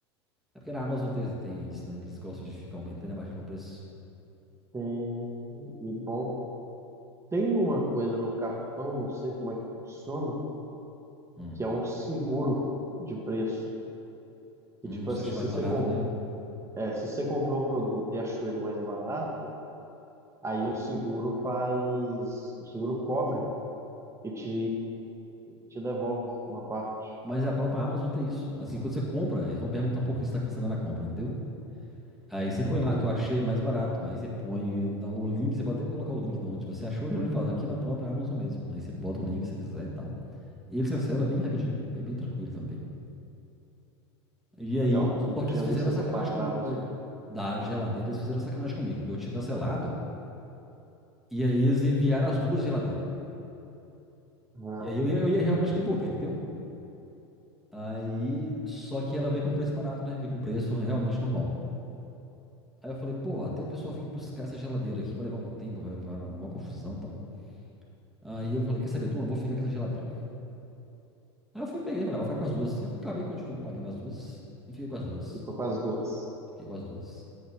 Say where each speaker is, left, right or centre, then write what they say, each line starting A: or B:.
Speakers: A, in the centre; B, on the right.
A: É porque na Amazon tem, tem isso, né? Eles gostam de ficar aumentando e abaixando o preço.
B: Tem, e bom, tem uma coisa no cartão, não sei como é que funciona,
A: Hum,
B: que é um seguro de preço. Que
A: hum,
B: tipo
A: você
B: assim,
A: acha
B: se
A: mais barato,
B: você, comp-
A: né?
B: é, se você comprou um produto e achou ele mais barato, Aí o seguro faz, o seguro cobre e te, te devolve uma parte.
A: Mas a própria Amazon tem isso. Assim, quando você compra, eles vão perguntar por que você está cancelando a compra, entendeu? Aí você
B: Aham,
A: põe lá que eu achei mais barato. Aí você põe na- o link, você pode até colocar o link de onde você achou, geralmente fala aqui na própria Amazon mesmo. Aí você bota o link se quiser e tal. E eles cancelam bem rapidinho, bem, bem tranquilo também. E
B: Legal,
A: aí, só
B: não
A: que
B: tinha
A: eles fizeram
B: visto
A: uma
B: essa
A: sacanagem
B: parte
A: comigo
B: da Amazon.
A: da, da geladeira, eles fizeram uma sacanagem comigo. Eu tinha cancelado, e aí eles enviaram as duas geladeiras.
B: Ah,
A: E aí eu ia, eu ia realmente devolver, entendeu? Aí, só que ela veio com preço barato, né? Veio com preço realmente normal. Aí eu falei, pô, até o pessoal vir buscar essa geladeira aqui, vai levar um tempo, vai vai dar uma confusão e tal. Aí eu falei, quer saber, Duma, vou ficar com essa geladeira. Aí eu fui, peguei e falei, ah, vou ficar com as duas. Eu acabei continuando pagando as duas e fiquei com as duas.
B: ficou com as duas.
A: Fiquei com as duas.